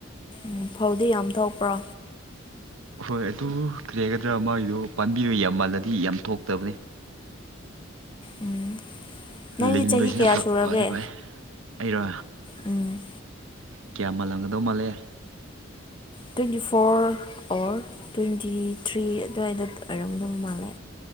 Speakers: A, on the left (about 25°); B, on the right (about 70°).
A: ꯎꯝ ꯐꯧꯗꯤ ꯌꯥꯝ ꯊꯣꯛꯄ꯭ꯔꯣ
B: ꯍꯣꯏ ꯑꯗꯨ ꯀꯔꯤ ꯍꯥꯏꯒꯗ꯭ꯔꯥ ꯃꯥꯏꯗꯣ ꯄꯥꯟꯕꯤꯗꯣ ꯌꯥꯝ ꯃꯥꯜꯂꯗꯤ ꯌꯥꯝ ꯊꯣꯛꯇꯕꯅꯤ
A: ꯎꯝ ꯅꯪꯗꯤ
B: ꯂꯤꯡꯕꯁꯤꯅ
A: ꯆꯍꯤ ꯀꯌꯥ
B: ꯐ
A: ꯁꯨꯔꯒꯦ
B: ꯐꯗꯤ ꯐꯩ ꯑꯩꯔꯣ
A: ꯎꯝ
B: ꯀꯌꯥ ꯃꯥꯜꯂꯝꯒꯗꯧ ꯃꯥꯜꯂꯦ
A: twenty four or twenty three ꯑꯗꯨꯋꯥꯏꯗ ꯑꯣꯏꯔꯝꯒꯗꯕ ꯃꯥꯜꯂꯦ